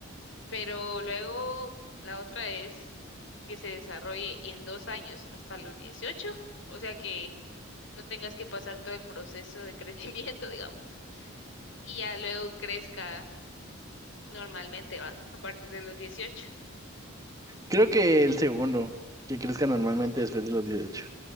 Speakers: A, on the left; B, on the right.
A: Pero luego la otra es que se desarrolle en dos años hasta los dieciocho o sea que no tengas que pasar todo el proceso de crecimiento, <laughs> digamos, y ya luego crezca normalmente, va, a partir de los dieciocho
B: Creo que el segundo, que crezca normalmente
A: <laughs>
B: después de los dieciocho